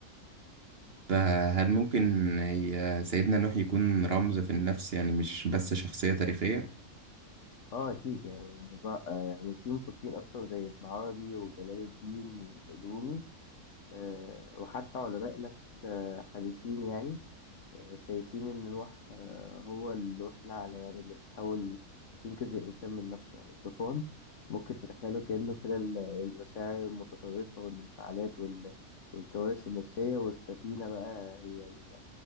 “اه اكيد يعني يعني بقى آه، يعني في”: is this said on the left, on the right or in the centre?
Left